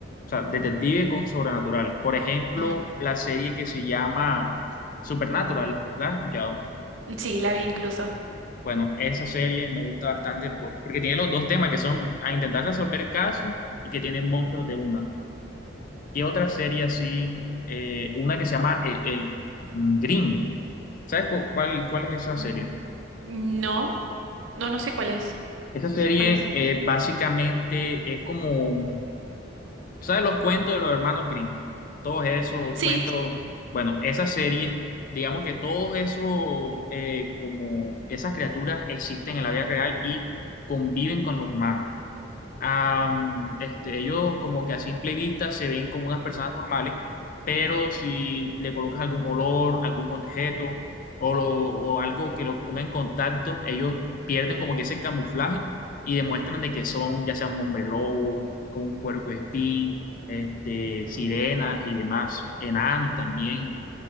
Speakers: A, on the left; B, on the right.
A: O sea, detective con sobrenatural. Por ejemplo,
B: ujú.
A: la serie que se llama Supernatural, ¿la has escuchado?
B: Sí, la vi incluso.
A: Bueno, esa serie me gusta bastante por- porque tiene los dos temas que son a intentar resolver casos y que tienen monstruos de una. ¿Qué otra serie así? Eh, una que se llama El, el Green. ¿Sabes cu- cuál, cuál es esa
B: Mm,
A: serie?
B: no, no, no sé cuál es.
A: Esa serie
B: ¿Cuál es?
A: eh, básicamente es como, ¿sabes los cuentos de los hermanos Grimm? Todos esos
B: Sí,
A: cuentos, bueno, esa serie, digamos que todos esos, eh, como esas criaturas existen en la vida real y conviven con los humanos am, este, ellos como que a simple vista se ven como unas personas normales, pero si le colocas algún olor, algún objeto o, lo- o algo que los ponga en contacto, ellos pierden como que ese camuflaje y demuestran de que son ya sea un hombre lobo, como un puercoespín, este, sirenas y demás, enanos también.